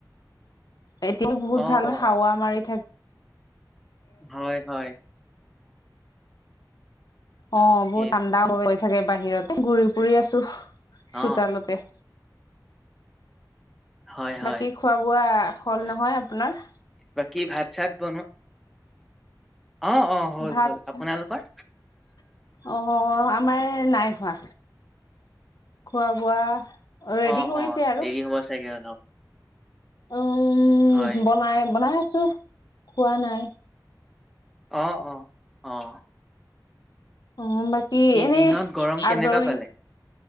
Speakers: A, on the left; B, in the centre.
A: এতিয়া বহুত
B: অ
A: ভাল
B: অ
A: হাৱা মাৰি থাকে।
B: হয় - হয়।
A: অ, বহুত
B: সেইটো
A: ঠাণ্ডা হৈ থাকে, বাহিৰতে ঘূৰি ফুৰি আছো।
B: অ
A: চোতালতে।
B: হয় হয়
A: বাকী খোৱা বোৱা হল
B: হয়
A: নহয় আপোনাৰ?
B: বাকী ভাত চাত বনোৱা অ অ হ'ল
A: ভাত
B: হ'ল
A: চ
B: আপোনালোকৰ
A: অ, আমাৰ নাই খোৱা খোৱা বোৱা ৰেডি
B: অ
A: কৰিছে
B: অ
A: আৰু।
B: দেৰি হ'ব চাগে অলপ
A: উম,
B: হয়
A: বনাই- বনাই আছো খোৱা নাই।
B: অহ-অহ -অহ।
A: উম, বাকী এনেই
B: দিনত গৰম কেনেকুৱা
A: আজৰি।
B: পালে